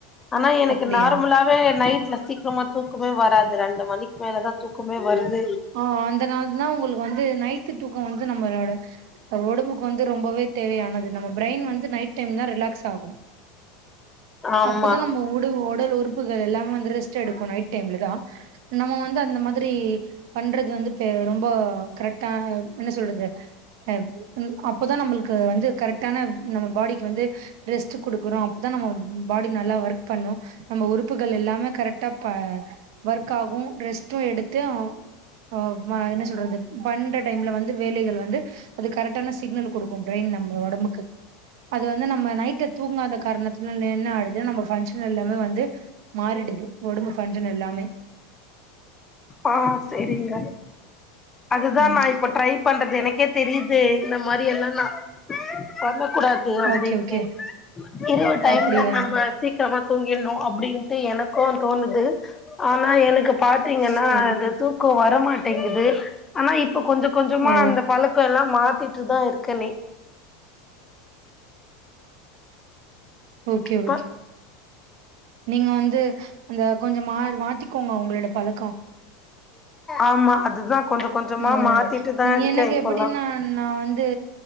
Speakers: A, on the left; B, on the right.
A: ஆனா எனக்கு
B: அப்டியா
A: நார்மலாவே நைட்ல சீக்கிரமா தூக்கமே வராது ரெண்டு மணிக்கு மேலதான் தூக்கமே வர்து
B: ஆ அந்தனால தா உங்களுக்கு வந்து நைட்டு தூக்கம் வந்து நம்பளோட ஒடம்புக்கு வந்து ரொம்பவே தேவையானது நம்ம ஃப்ரயின் வந்து நைட் டைம் தா ரிலாக்ஸ் ஆகும்
A: ஆமா
B: அப்பதா நம்ம உடு ஒடல் உறுப்புகள் எல்லாமே வந்து ரெஸ்ட் எடுக்கு நைட் டைம்ல தா நம்ம வந்து அந்த மாத் த்ரி பண்றது வந்து பெ ரொம்போ கரட்டா என்ன சொல்றது அ ம் அப்போதா நமள்க் கு வந்து கரெக்டான நம்ம பாடிக்கு வந்து ரெஸ்ட் குடுக்கறோ அப்போதான் பாடி நல்லா ஒர்க் பண்ணும் நம்ம உறுப்புகள் எல்லாமே கரெக்டா ந ஒர்க் ஆகும் ரெஸ்ட்டும் எடுத்து அ ஆ மா என்ன சொல்றது பண்ற டைம்ல வந்து வேலைகள் வந்து அது கரெக்ட்டான சிக்னல் குடுக்கும் ப்ரெயின் நம்ம ஒடம்புக்கு அது வந்து நம்ம நைட்ல தூங்காத காரணத்துனால என்ன ஆய்டுது நம்ம ஃபங்க்ஷனல் எல்லாமே வந்து மாறிடுது ஒடம்பு ஃபங்க்ஷன் எல்லாமே
A: ஆ சேரிங்க அதுதா
B: ம்
A: நா இப்ப ட்ரை பண்றது எனக்கே தெரியுது இந்த மாரி எல்லா நா பண்ணக்கூடாது கே அப்டின்ட்டு
B: ஓகே ஓகே
A: இரவு டைம்ல
B: அப்டியா
A: நம்ம சீக் சீக்ரமா தூங்கிர்ணு அப்டின்ட்டு எனக்கு தோணுது ஆனா எனக்கு பாத்தீங்கன்னா
B: சரி
A: இந்த தூக்கோ வரமாட்டேங்குது ஆனா இப்ப கொஞ்ச கொஞ்சமா
B: ஓ
A: அந்த பழக்கோ எல்லா மாத்திட்டு தா இருக்கணே
B: ஓகே
A: இப்ப
B: ஓகே நீங்க வந்து அந்த கொஞ்சம் மார் மாத்திக்கோங்க ஒங்களோட பழக்கோ
A: ஆமா அதுதா கொஞ்ச கொஞ்சமா
B: ம்
A: மாத்திட்டுதா இருக்கே
B: எனக்கு
A: இப்பல்லா
B: எப்டின்னா நா வந்து